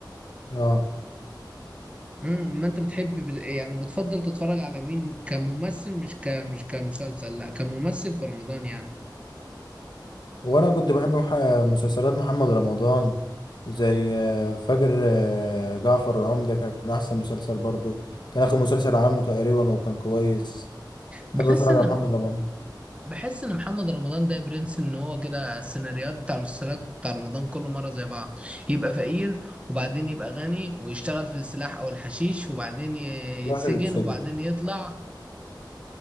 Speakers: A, on the left (about 65°); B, on the right (about 15°).
A: اه
B: امم ما انت بتحب بت- يعني بتفضل تتفرج على مين كممثل مش ك مش كمسلسل لا كممثل في رمضان يعني
A: هو انا كنت بحب مح- مسلسلات محمد رمضان زي آه، فجر آه، جعفر العمدة كان احسن مسلسل برضه كان اخر مسلسل عامله تقريبا وكان كويس
B: بحس
A: بحب اتفرج
B: ان
A: على محمد رمضان
B: بحس ان محمد رمضان ده يا برنس ان هو كده السيناريوهات بتاع المسلسلات بتاع رمضان كل مره زي بعض يبقى فقير وبعدين يبقى غني ويشتغل في السلاح او الحشيش وبعدين ي-
A: في
B: يتسجن
A: الاخر اتسجن
B: وبعدين يطلع